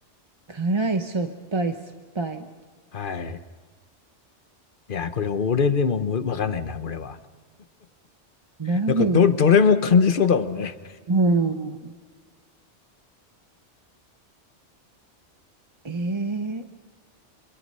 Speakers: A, on the right; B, on the left.
A: 辛い、しょっぱい、酸っぱい、
B: はい。いや、これ俺でもむわかんないな、これは。
A: ライン、
B: なんかど、どれも感じそうだもんね。
A: うん、えー、